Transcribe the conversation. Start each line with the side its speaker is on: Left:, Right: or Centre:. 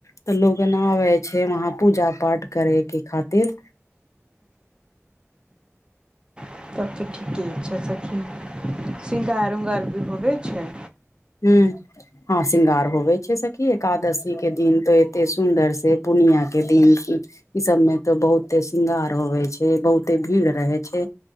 Left: तऽ लोगन आबै छैय वहाँ पूजा पाठ करय के खातिर
Right: तब तऽ ठीके छैय सखी सिंगार उंगार भी होबे छैय
Left: हूँ हँ श्रृंगार होवे छैय सखी एकादशी के दिन तो एते सुन्दर से पुणिया के दिन ई सब मे तऽ बहुते श्रृंगार होवे छैय बहुते भीड़ रहे छैय